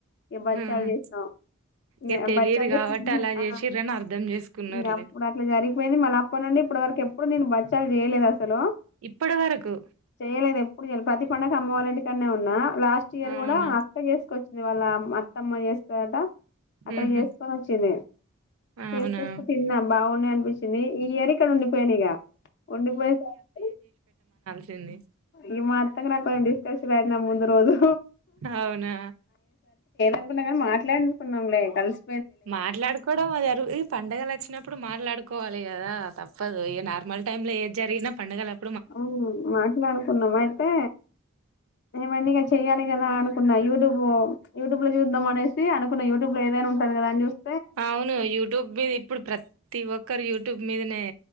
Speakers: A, on the left (about 50°); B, on the right (about 70°).
A: ఇ బచ్చాలు
B: హ్మ్
A: తీస్తాం
B: ఇగ
A: ఇ
B: తెలియదు
A: బచ్చాలు చేసా
B: కాబట్టి అలా చేసిర్రని అర్థం చేసుకున్నారులే
A: ఇంక అప్పుడు అట్లా జరిగి యింది మల్ల అప్ప నుండి ఇప్పు వరకు ఎప్పుడు నెను బచ్చలు చేయలేదు అసలు
B: ఇప్పటి వరకు
A: చేయలేదు ఎప్పుడు చె ప్రతి పండగ అమ్మవాలంటికన్నే ఉంటారా నా లాస్ట్ ఇయర్
B: అవునా
A: కూడా అక్కతిసుకొచ్చింది వాళ్ళ అమ్ అత్తమ్మ చేస్తాదాట అక్కడ
B: ఊహూ
A: చేసుకొని వచ్చింది చేసుకొస్తే
B: అవునా
A: తిన్నా బాగున్నాయి అనిపించింది ఈ ఇయర్ ఇక్కడ ఉండిపోయిన ఇగ ఉండిపోయే సారికి
B: సింది
A: ఈ మాఅత్త నాకు కొంచె డిస్కషన్ అయింది ఆ ముందు రోజు
B: అవునా
A: అనుకున్నా కానీ మాట్లాడునుకున్నాంలే కలిసి
B: మాట్లాడుకోవడం అది అరు ఇది పండుగలు వచ్చినప్పుడు మాట్లాడుకోవాలి కదా తప్పదు ఇగ నార్మల్ టైమ్ ల ఏది జరిగినా పండుగలప్
A: అవును మాట్లాడుకున్నాం అయితే ఏమైంది ఇగ చెయ్యాలి కదా అనుకున్నా యూట్యూబ్ యూట్యూబ్ లో చూద్దాం అనేసి అనుకున్నా యూట్యూబ్ లో ఏదైనా ఉంటుంది కదా అని చూస్
B: అవును యూట్యూబ్ మీద ఇప్పుడు ప్రతి ఒక్కరు యూట్యూబ్ మీదనే